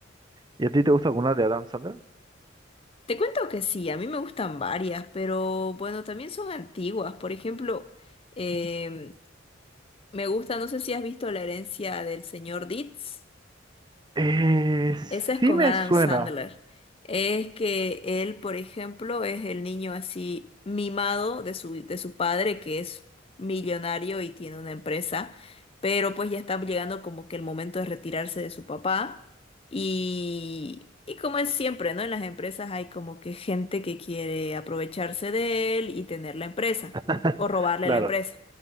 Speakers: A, on the right; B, on the left.
A: ¿Y a ti te gusta alguna de Adam Sandler?
B: Te cuento que sí, a mí me gustan varias, pero bueno, también son antiguas. Por ejemplo, em, me gusta, no sé si has visto La herencia del señor Deeds.
A: Eh,
B: Esa es
A: sí
B: con
A: me
B: Adam
A: suena,
B: Sandler. Es que él, por ejemplo, es el niño así mimado de su, de su padre, que es millonario y tiene una empresa, pero pues ya está llegando como que el momento de retirarse de su papá. Y, y como es siempre, ¿no? En las empresas hay como que gente que quiere aprovecharse de él y tener la empresa
A: <laughs>
B: o robarle
A: claro.
B: la empresa.